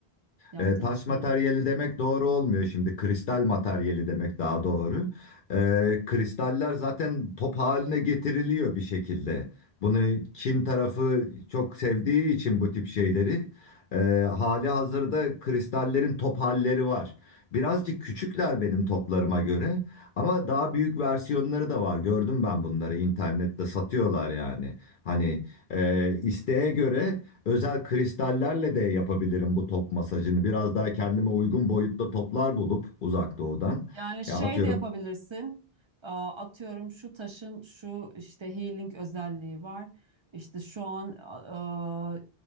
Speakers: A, on the right; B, on the left.
A: Yaptırırsın
B: E, taş materyali
A: herhalde.
B: demek doğru olmuyor şimdi. Kristal materyali demek daha doğru. E, kristaller zaten top haline getiriliyor bir şekilde. Bunu Çin tarafı çok sevdiği için bu tip şeyleri e, hali hazırda kristallerin top halleri var. Birazcık küçükler benim toplarıma göre ama daha büyük versiyonları da var. Gördüm ben bunları internette satıyorlar yani. Hani e, isteğe göre özel kristallerle de yapabilirim bu top masajını. Biraz daha kendime uygun boyutta toplar bulup uzak doğudan.
A: Yani şey
B: Ya atıyorum
A: de yapabilirsin. Aa, Atıyorum şu taşın şu işte healing özelliği var. İşte şu an aa,